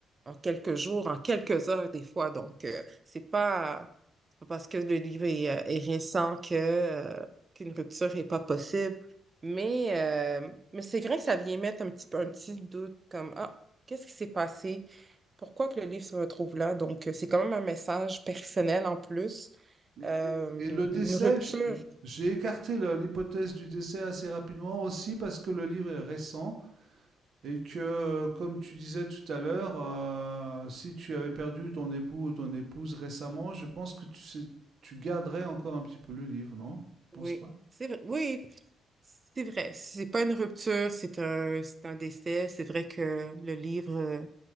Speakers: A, on the right; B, on the right.
A: en quelques jours, en quelques heures des fois. Donc, euh, c'est pas, c'est pas parce que le livre est, euh, est récent que, euh, qu'une rupture n'est pas possible. Mais, euh, mais c'est vrai que ça vient mettre un petit, peu- un petit doute comme, ah, qu'est-ce qui s'est passé? Pourquoi que le livre se retrouve là? Donc, euh, c'est quand même un message personnel en plus.
B: Et,
A: Euh,
B: et- et le décès,
A: une rupture,
B: j- j'ai écarté le- l'hypothèse du décès assez rapidement aussi parce que le livre est récent. Et que, euh, comme tu disais tout à l'heure, euh, si tu avais perdu ton époux ou ton épouse récemment, je pense que tu, sais- tu garderais encore un petit peu le livre, non? Je pense
A: oui.
B: pas.
A: C'est vrai. Oui, C'est vrai, c'est pas une rupture, c'est un, c'est un décès. C'est vrai que le livre, euh,